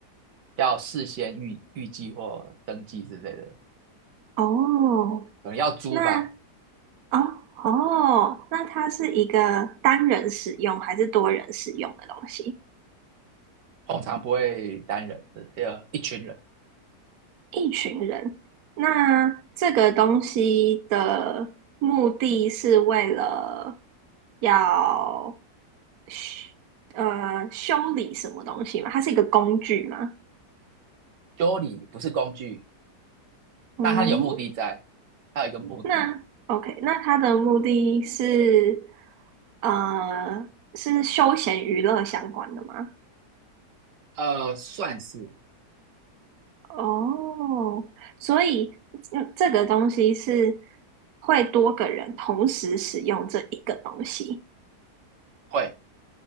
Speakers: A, on the right; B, on the right.
A: 要事先预预计或登记之类的，
B: 哦，
A: 可能要租吧，
B: 那哦哦，那它是一个单人使用还是多人使用的东西？
A: 通常不会单人，还有一群人。
B: 一群人，那这个东西的目的是为了要修呃修理什么东西吗？它是一个工具吗？
A: Dolly 不是工具。
B: 嗯，
A: 但他有目的在，他有一个目的，
B: 那 OK，那它的目的是呃是休闲娱乐相关的吗？
A: 呃，算是，
B: 哦，所以嗯，这个东西是会多个人同时使用这一个东西。
A: 会